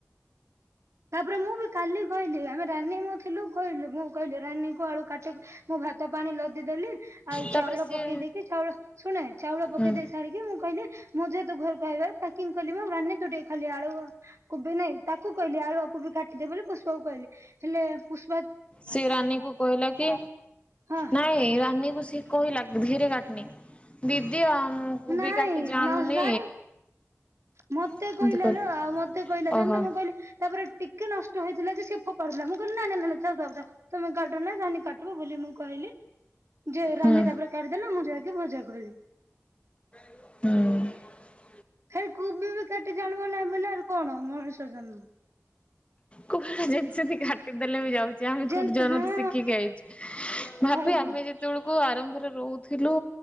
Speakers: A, on the right; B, on the left.
A: ତାପରେ ମୁଁ ବି କାଲି କହିଲି ଆମେ ରାନୀ ମୁ ଥିଲୁ କହିଲୁ ମୁଁ କହିଲି ରାନୀକୁ ଆଳୁ କାଟି ମୁଁ ଭାତ ପାଣି ଲଦିଦେଲି, ଆଉ
B: ତାପରେ
A: ଚାଉଳ
B: ସିଏ
A: ପକେଇ ଦେଇକି ଚାଉଳ ଶୁଣେ ଚାଉଳ ପକେଇ
B: ହୁଁ
A: ଦେଇେଇ ସାରିକି ମୁଁ କହିଲି ମୁଁ ଯେହେତୁ ଘରକୁ ଆଇ ପକିଂ କିଲି ମୁ ରାନୀ ତୁ ଟିକେ ଖାଲି ଆଳୁ କୁବି ନାହିଁ। ତାକୁ କହି ଆଳୁଆକୁ ବି କାଟିଦେ ବୋଲି ପୁଷ୍ପକୁ କହିଲି ହେଲେ ପୁସ
B: ସେ ରାନୀ କୁ କହିଲା କି
A: ହଁ
B: ନାଇଁ ରାନୀକୁ ସେ କହିଲା ଧୀରେ କାଟନି ଦିଦି ଆମକୁ
A: ନାଇଁ
B: ବି କାଟି ଜାଣୁନି
A: ନଉଜ ନାରେ ମତେ
B: ଏମିତି
A: କହିଲା
B: କହିଲେ
A: ଲ ଆଉ ମତେ କହିଲା ଯେମ
B: ଓହୋ
A: ତ ମୁଁ କହିଲି ତାପରେ ଟିକେ ନଷ୍ଟ ହଇଥିଲା ଯେ ଫପାଡ଼ିଦେଲା ମୁଁ କହିଲି ନ ନା ନା ନା ଥାଉ ଥାଉ ଥାଉ ତମେ କାଟ ନା ରାନୀ କାଟିବବୋଲି ମୁଁ କହିଲି। ଯେ
B: ହୁଁ
A: ରାନୀ ତାପରେ କାଟିଦେଲା ମୁଁ ଯାହା ମଜା କଲେ।
B: ହୁଁ।
A: ହେଇ କୁବି ବି ସେଠ ଜାଣିବ ନାଇ ବୋଲେ କଣ ମଣିଷ ଜନ୍ମ
B: କ ଯେମିତି ସମିତି କାଟି ଦେଲେ ବି ଯାଉ ଚୁ, ଆମେ କୋଉଠି
A: ଯେମତି
B: ଜନରୁ
A: ହଁ
B: ଶିଖିକି ଆଇଚୁ ଭାବି
A: ଆଉ
B: ଆମେ
A: କଣ
B: ଯେତେବେଳ ଉ ଆରମ୍ଭରେ ରହୁଥିଲୁ।